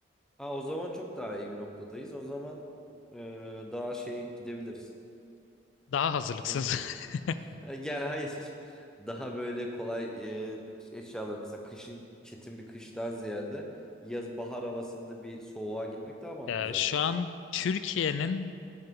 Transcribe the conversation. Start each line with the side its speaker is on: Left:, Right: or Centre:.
Centre: Ha o zaman çok daha iyi bir noktadayız. O zaman e, daha şey gidebiliriz.
Left: Daha hazırlıksız.
Centre: Ee, <laughs>
Left: <laughs>
Centre: yani hayır. Daha böyle kolay e, eşyalar mesela kışın çetin bir kıştan ziyade yaz bahar havasında bir soğuğa gitmek daha makul
Left: Ya
Centre: zaten.
Left: şu an Türkiye'nin